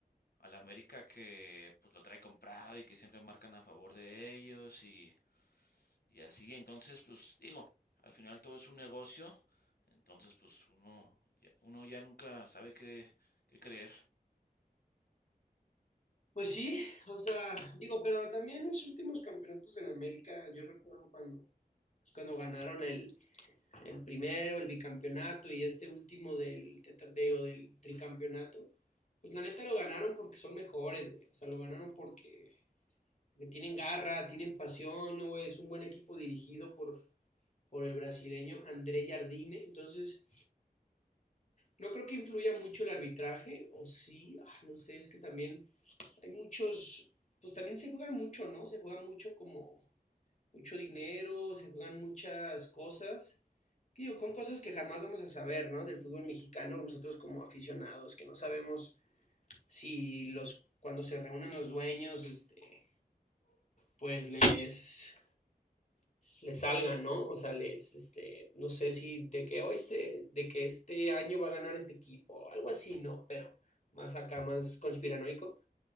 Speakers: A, on the left; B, on the left.
A: al América que pues lo trae comprado y que siempre marcan a favor de ellos y, y así. Entonces, pues digo, al final todo es un negocio, entonces pues uno ya, uno ya nunca sabe qué, qué creer.
B: Pues sí, o sea, digo, pero también los últimos campeonatos de la América, yo recuerdo cuando, pues, cuando ganaron el, el primero, el bicampeonato y este último del, tetra- digo, del tricampeonato, pues la neta lo ganaron porque son mejores, güey. O sea, lo ganaron porque, porque tienen garra, tienen pasión, güey. Es un buen equipo dirigido por, por el brasileño André Jardine. Entonces, no creo que influya mucho el arbitraje, o sí, ah, no sé, es que también hay muchos, pues también se juega mucho, ¿no? Se juega mucho como mucho dinero, se juegan muchas cosas. Digo, con cosas que jamás vamos a saber, ¿no? Del fútbol mexicano, nosotros como aficionados, que no sabemos si los, cuando se reúnen los dueños, este, pues les les salgan, ¿no? O sea, les, este, no sé si de que hoy este, de que este año va a ganar este equipo, algo así, ¿no? Pero más acá, más conspiranoico.